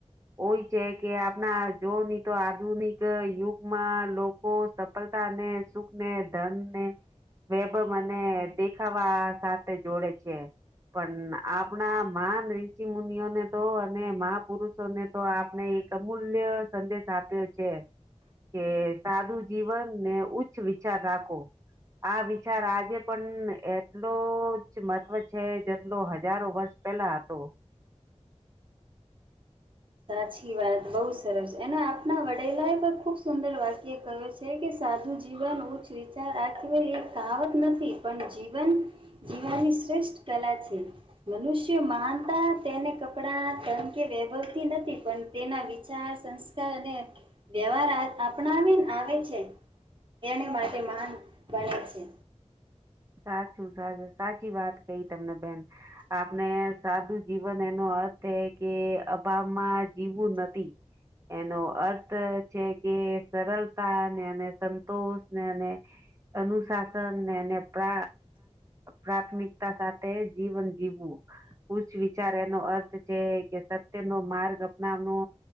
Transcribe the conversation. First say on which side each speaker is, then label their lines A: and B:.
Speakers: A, on the right (about 25°); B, on the right (about 45°).
A: હોય છે કે આપણા જો નહી તો આધુનિક યુગમાં. કો સફળતા ને સુખ ને ધનને. વેબ મને દેખાવા સાથે જોડે છે પણ આપ. આપણા મહાન ઋષિ મુનિઓને તો અને મહાપુરુષો ને તો આપણે એક અમૂલ્ય. સંદેશ આપ્યો છે. કે સાદું જીવન ને ઉચ્ચ વિચાર રાખો. આ વિચાર આજે પણ એટલો જ મહત્વ છે જેટલો હજારો વર્ષ. પેલા તો.
B: સાચી વાત બઉુ સરસ અનેને આપના વડેલા એ પણ ખુબ સુંદર વાક્ય કહયો છે. છે કે સાદુ જીવન ઉચ્ચ વિચાર આવાય કાવત નથી પણ જીવન. જીવનની શ્રેષ્ઠ કલા છે. મનુષ્યો માનતા તેને કપડા ત કે વ્યવ. નથી પણ તેના વિચાર સંસ્કાર અને. વ્યવહાર અપનાવીને આવે છે એને માટે મહાન બને છે.
A: સાચું સાું સાચી વાત કહી તમને બેન. આપણે સાદું જીવન એનો અર્થ એ કે અભાવમાં જીવવું નથી. એનો અર્થ છે કે સરળતા નેને સંતોષ નેને. અનુશાસન ને. પ્ર પ્રાથમિકતા સાથે જીવન જીવવું. પૂચ્ વિચાર એનો અર્થ છે કે સત્ય નો માર્ગ અપનાવનો.